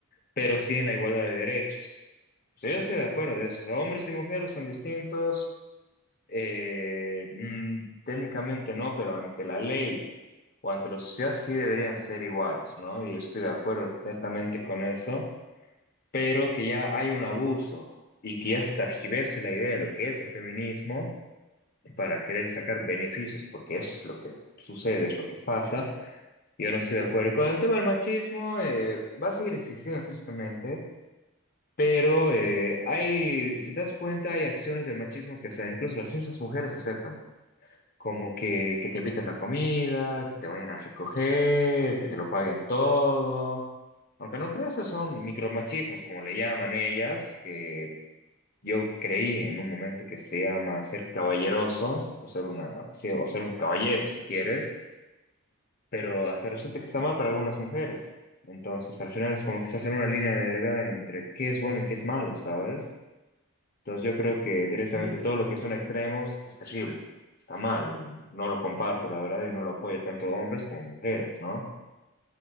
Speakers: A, on the left; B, on the right.
A: pero sí en la igualdad de derechos. O sea, yo estoy de acuerdo de eso. O sea, hombres y mujeres son distintos, eh, mm, técnicamente no, pero ante la ley o ante la sociedad sí deberían ser iguales, ¿no? Y estoy de acuerdo netamente con eso, pero que ya hay un abuso y que ya se targiverse la idea de lo que es el feminismo para querer sacar beneficios, porque eso es lo que sucede, es lo que pasa. Yo no estoy de acuerdo. Y con el tema del machismo, eh, va a seguir existiendo tristemente pero eh, hay, si te das cuenta, hay acciones del machismo que hasta incluso las mismas mujeres aceptan, como que, que te inviten la comida, que te vayan a recoger, que te lo paguen todo. Aunque no creo, esos son micromachismos, como le llaman ellas, que yo creí en un momento que se llama ser caballeroso, o ser una, sí, o ser un caballero si quieres, pero hasta resulta que está mal para algunas mujeres. Entonces, al final es como que se hace una línea delgada entre qué es bueno y qué es malo, ¿sabes? Entonces yo creo que directamente
B: Sí, de
A: todo
B: hecho.
A: lo que son extremos es terrible, está mal, no lo comparto, la verdad, y no lo apoyo tanto hombres como mujeres, ¿no?